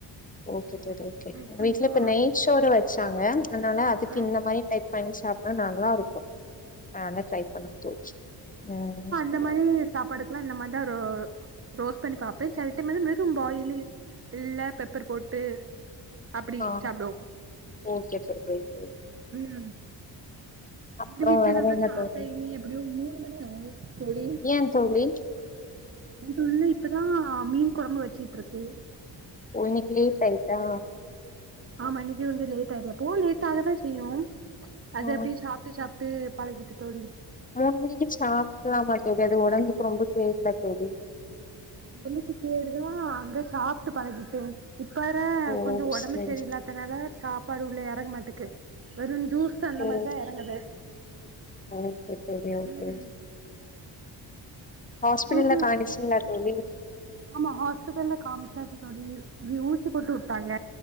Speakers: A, on the left; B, on the right.
A: ஓகே <unintelligible> ஓகே
B: ம் கொஞ்சோ
A: வீட்ல இப்ப நெய் சோறு வச்சாங்க அதனால அதுக்கு
B: ஆ
A: இந்த மாரி டைப் பண்ணி சாப்டா நல்லா இருக்கு அதனால டிரை பண்ண தோழுச்சு ம் <unintelligible>
B: இந்த மாரி சாப்பாடுக்கெலா இந்த மாரிதா ஒரு ரோஸ் பண்ணி பாப்பே செல டைம் வெறு பாயில் இல்ல பெப்பர் போட் ட்டு அப்டி
A: ஆ
B: சாப்டுவோ
A: ஓகே தோழி ஓகே
B: ம்
A: அப்றோ
B: எங்க வீட்டு்ல
A: வேற
B: நாங்க
A: என்ன
B: சாப்ட
A: தோழி
B: இனி எப்டியு மூணு மணி ஆகு தோழி
A: ஏ தோழி
B: அ உள்ள இப்பதா மீன் கொழம்பு வச்சுட்டு இருக்கு
A: ஓ இன்னக்கி லேட் ஆயிட்டா
B: ஆமா இன்னைக்கு வந்து லேட்டாய்டு எப்போ லேட் ஆக தா செய்யோ அது
A: ஆ
B: அப்டியே சாப்ட்டு சாப் அப்டியே பழகிட்டு தோழி
A: மூணு மணிக்கி சாப்ட்டோமாட்டேது அது ஒடம்புக்கு ரொம்ப கேடுல தோழி
B: ஒடம்புக்கு கேடு தா அங்க சாப்ட்டு பழகிட்டே இப் வர
A: ஓ
B: கொஞ்சோ ஒடம்பு
A: சரி
B: சரில்லா அதனால சாப்பாடு உள்ள எறங்க மாட்டுக்கு வெறு ஜூஸ் க்கா
A: சரி
B: அந்த மாரிதா எறங்குது
A: ஓகே தோழி ஓகே
B: ம்
A: ஹஸ்பிடல்ல
B: உங்களுக்கு
A: கானிச்சீங்ளா தோழி
B: ஆமா ஹாஸ்பிடல்ல காம்ச்சாச்சு தோழி இங்கி ஊசி போட்டு வுட்டாங்க